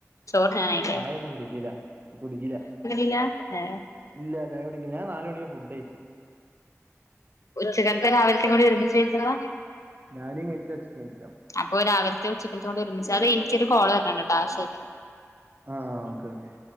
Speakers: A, on the left; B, on the right.
A: ചോറിനാനായില്ലേ
B: ചായ ഒന്നും കുടിക്കില കുടിക്കില
A: ഇല്ല ഹേയ്
B: ഇല്ല ചായ കുടിക്കി ഞാൻ നാല് മണിക്ക് ഫുഡ് കയ്ച്
A: ഉച്ചക്കൽതേം രാവിൽത്തേകൂടി ഒരുമിച്ചു കഴിച്ചതാ.
B: ഞാന്
A: അപ്പൊ രാവിൽതേം ഉച്ചക്കൽത്തേക്കൂടെ ഒരുമിച്ച അതേ ഇൻക്കൊരു കാൾ വരനുണ്ട് ആഹ് ശരി
B: ആ ഓക്കെ ഓക്കെ